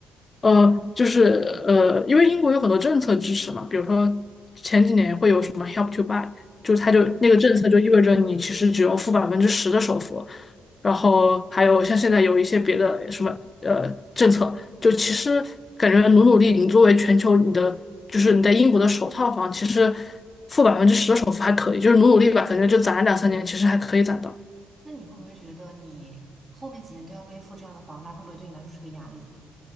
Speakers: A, on the left; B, on the right.
A: 呃，就是呃，因为英国有很多政策支持嘛，比如说前几年会有什么 Help to Buy，就是它就那个政策就意味着你其实只用付百分之十的首付，然后还有像现在有一些别的什么呃政策，就其实感觉努努力，你作为全球你的就是你在英国的首套房，其实付百分之十的首付还可以，就是努努力吧，感觉就攒两三年，其实还可以攒到。
B: 那你会不会觉得你后面几年都要背负这样的房贷，会不会对你来说是个压力？